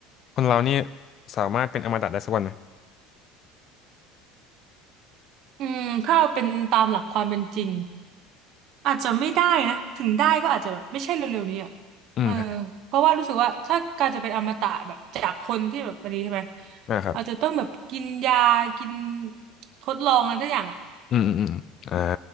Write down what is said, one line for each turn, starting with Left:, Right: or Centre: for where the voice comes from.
Left: คนเรานี่สามารถเป็นอมตะได้สักวันไหม
Right: อืมถ้าเอาเป็นตามหลักความเป็นจริงอาจจะไม่ได้นะถึงได้ก็อาจจะแบบไม่ใช่เร็วๆนี้อ่ะ
Left: อืม
Right: เออเพราะว่ารู้สึกว่าถ้าการจะเป็นอมตะแบบจากคนที่แบบอันนี้ใช่ไหม
Left: อ่าครับ
Right: อาจจะต้องแบบกินยากินทดลองอะไรทุกอย่างอ่ะ
Left: อืมอืมอืมอ่า